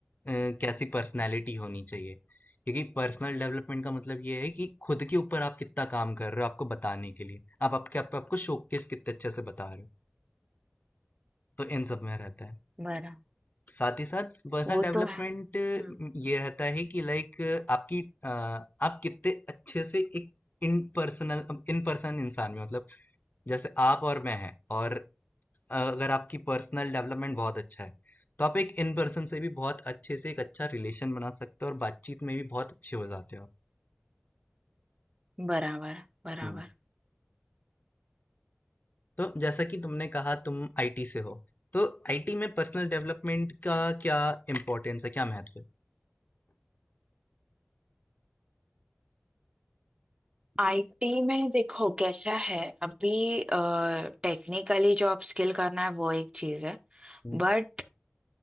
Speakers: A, on the left; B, on the right.
A: अ, कैसी पर्सनैलिटी होनी चाहिए क्योंकि पर्सनल डेवलपमेंट का मतलब ये है कि खुद के ऊपर आप कितना काम कर रहे हो आपको बताने के लिए आप आपके आप, आपको शोकेस कितने अच्छे से बता रहे हो तो इन सब में रहता है
B: बराबर
A: साथ ही साथ पर्सनल
B: वो
A: डेवलपमेंट
B: तो है हम्म
A: ये रहता है कि लाइक आपकी अ, आप कितने अच्छे से एक इन पर्सनल इन पर्सन इंसान में मतलब जैसे आप और मैं हैं और अ, अगर आपकी पर्सनल डेवलपमेंट बहुत अच्छा है तो आप एक इन पर्सन से भी बहुत अच्छे से एक अच्छा रिलेशन बना सकते हो और बातचीत में भी बहुत अच्छे हो जाते हो
B: बराबर बराबर
A: हम्म, तो जैसा कि तुमने कहा तुम आईटी से हो तो आईटी में पर्सनल डेवलपमेंट का क्या इम्पोर्टेंस है क्या महत्व है
B: आईटी में देखो कैसा है अभी टेक्निकली जो आप स्किल करना है वो एक चीज है
A: हम्म,
B: बट